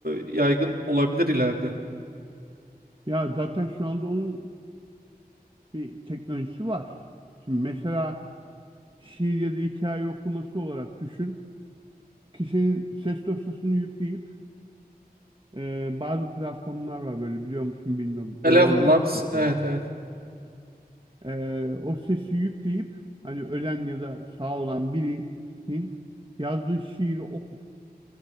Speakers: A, on the right (about 70°); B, on the right (about 30°).
A: yaygın olabilir ileride.
B: ya zaten şu anda onun bir teknolojisi var. Şimdi mesela şiir ya da hikaye okuması olarak düşün. Kişinin ses dosyasını yükleyip e, bazı platformlar var böyle biliyor musun bilmiyorum.
A: Eleven
B: Eleven Labs
A: Labs
B: mesela.
A: evet evet.
B: E, o sesi yükleyip hani ölen ya da sağ olan birinin yazdığı şiiri okutup